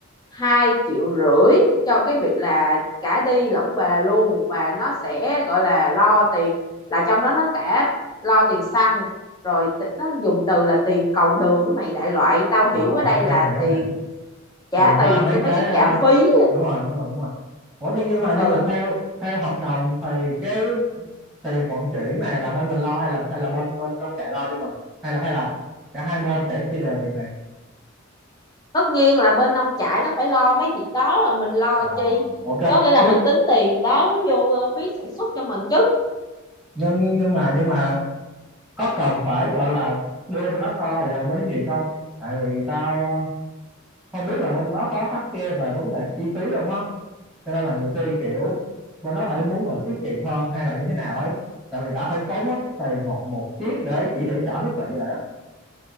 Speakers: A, on the left; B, in the centre.
A: hai triệu rưỡi cho cái việc là cả đi lẫn về luôn và nó sẽ gọi là lo tiền là trong đó nó cả lo tiền xăng rồi ti- nó dùng từ là tiền cầu đường mày đại loại tao
B: Ờ,
A: hiểu ở
B: ok
A: đây là
B: hiểu
A: tiền
B: hiểu
A: trả
B: thì
A: tiền
B: qua mấy
A: cho mấy
B: cái
A: cái
B: ờ,
A: trạm phí
B: đúng rồi đúng rồi đúng rồi ủa nhưng nhưng mà nhưng
A: ừ
B: mà theo theo hợp đồng thì cái tiền vận chuyển này là bên mình lo hay là hay là bên bên nông trại lo cho mình hay là hay là cả hai bên sẽ chia đều tiền này
A: tất nhiên là bên nông trại nó phải lo mấy việc đó rồi mình lo
B: Ờ,
A: chi
B: ok
A: có nghĩa là
B: nhưng
A: mình tính tiền đó vô ờ, phí sản xuất cho mình chứ
B: nhưng nhưng nhưng mà nhưng mà có cần phải gọi là đưa bên đó coi rồi bên đó duyệt không tại vì tao không biết là bên đó có khắt khe về vấn đề chi phí không á cho nên là nhiều khi kiểu bên đó phải muốn mình tiết kiệm hơn hay là như thế nào ấy tại vì đã phải tốn hết tiền một một chiếc để chỉ để chở thiết bị rồi đó